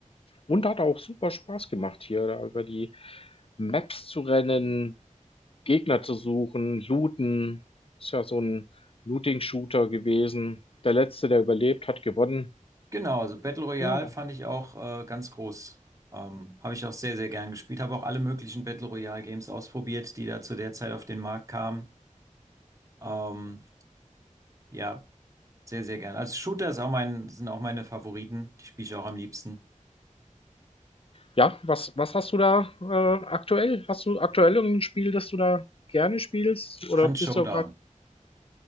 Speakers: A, on the left (about 45°); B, on the right (about 25°).
A: und hat auch super Spaß gemacht, hier da über die Maps zu rennen Gegner zu suchen, looten. Ist ja so ein Looting-Shooter gewesen. Der Letzte, der überlebt, hat gewonnen.
B: Genau, also Battle Royale
A: Ja.
B: fand ich auch äh, ganz groß. Ähm, habe ich auch sehr, sehr gern gespielt. Habe auch alle möglichen Battle Royale-Games ausprobiert, die da zu der Zeit auf den Markt kamen. Ähm, ja, sehr, sehr gern. Also Shooter ist auch mein, sind auch meine Favoriten. Die spiele ich auch am liebsten.
A: Ja, was was hast du da, äh, aktuell? Hast du aktuell irgend Spiel, das du da gerne spielst oder
B: Hunt
A: bist
B: Showdown.
A: du gerade